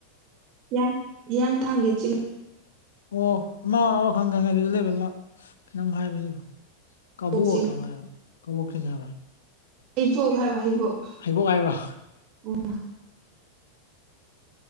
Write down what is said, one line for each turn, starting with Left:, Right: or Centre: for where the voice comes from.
Right: ꯍꯤꯌꯥꯡ ꯍꯤꯌꯥꯡꯊꯥꯡꯒꯤ ꯆꯤꯡ
Left: ꯑꯣ ꯑꯃ ꯑꯃꯈꯪ ꯈꯪꯉꯦ ꯑꯗꯨꯗ ꯂꯩꯕ ꯑꯃ ꯀꯩꯅꯣꯝ ꯍꯥꯏꯕꯅꯦꯕ ꯀꯕꯨꯣꯛ
Right: ꯆꯤꯡ
Left: ꯀꯃꯥꯏ ꯀꯕꯨꯣꯛꯁꯤꯡꯅ
Right: ꯍꯩꯕꯣꯛ ꯍꯥꯏꯕ ꯍꯩꯕꯣꯛ
Left: ꯍꯥꯏꯩꯕꯣꯛ ꯍꯥꯏꯕ꯭ꯔꯣ
Right: ꯑꯣ